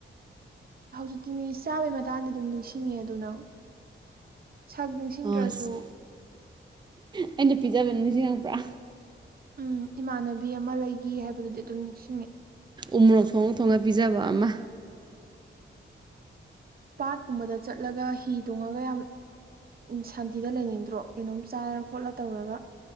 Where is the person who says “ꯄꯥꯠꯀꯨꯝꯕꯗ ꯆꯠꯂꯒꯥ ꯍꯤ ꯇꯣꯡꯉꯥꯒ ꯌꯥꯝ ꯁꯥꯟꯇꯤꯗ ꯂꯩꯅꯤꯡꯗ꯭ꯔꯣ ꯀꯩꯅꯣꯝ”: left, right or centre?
Right